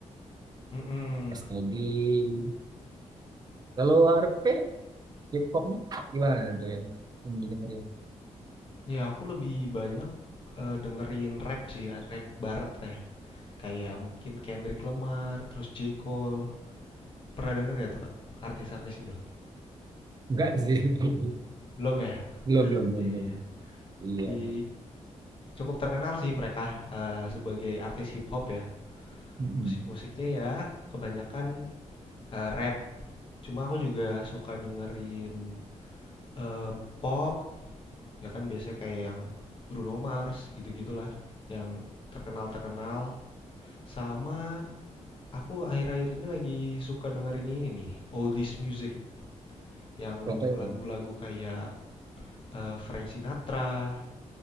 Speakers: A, on the left; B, on the right.
A: Mm-mm.
B: SID. Kalau RP, hip hopnya gimana tuh yang yang didengerin?
A: Ya aku lebih banyak eh, dengerin rap sih, rap barat ya. Kayak mungkin Kendrick Lamar, terus J. Cole. Pernah denger gak tuh Kak? Artis-artis itu?
B: Enggak sih. <laughs>
A: Belum ya?
B: Belum, belum, belum,
A: Iya,
B: belum.
A: iya.
B: Iya.
A: Di cukup terkenal sih mereka, eee, sebagai artis hip hop ya.
B: Mm-mm.
A: Musik-musiknya ya kebanyakan, eee, rap. Cuma aku juga suka dengerin, eee, pop, ya kan biasanya kayak yang Bruno Mars gitu-gitulah, yang terkenal-terkenal. Sama aku akhir-akhir ini lagi suka dengerin ini nih, oldies music, yang
B: Contoh yang,
A: lagu-lagu kayak, eee, Frank Sinatra,